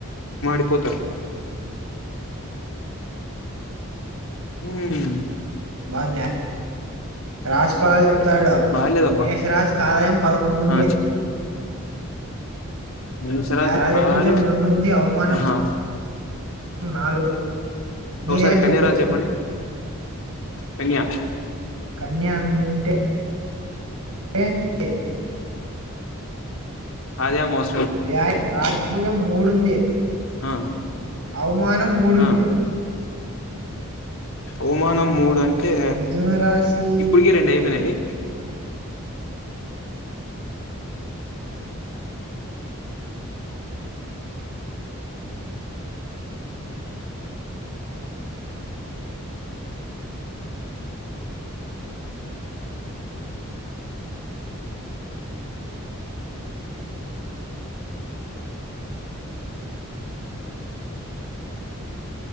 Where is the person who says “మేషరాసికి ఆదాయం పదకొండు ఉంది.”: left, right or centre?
Right